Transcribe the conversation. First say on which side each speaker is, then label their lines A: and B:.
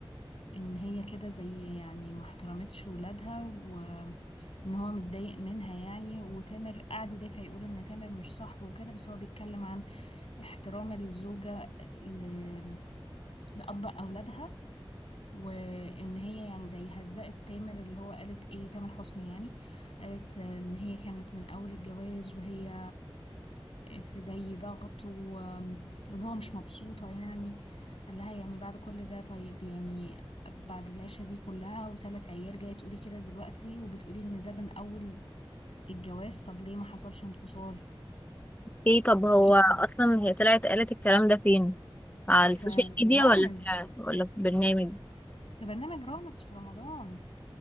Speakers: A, on the left; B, on the left.
A: ان هي كده زي يعني ما احترمتش ولادها وان هو متضايق منها يعني وتامر قعد يدافع يقول ان تامر مش صاحبه وكده بس هو بيتكلم عن احترام الزوجة ل... لأب أولادها وإن هي يعني زي هزقت تامر اللي هو قالت إيه تامر حسني يعني قالت إن هي كانت من أول الجواز وهي في زي ضغط و... واللي هو مش مبسوطة يعني قال لها يعني بعد كل ده طيب يعني بعد العيشة دي كلها وثلاث عيال جاية تقولي كده دلوقتي وبتقولي ان ده من اول الجواز طب ليه ما حصلش انفصال
B: ايه طب هو
A: يعني
B: اصلا هي طلعت قالت الكلام ده فين على
A: فرامز
B: السوشيال ميديا ولا في ولا في برنامج
A: في برنامج رامز في رمضان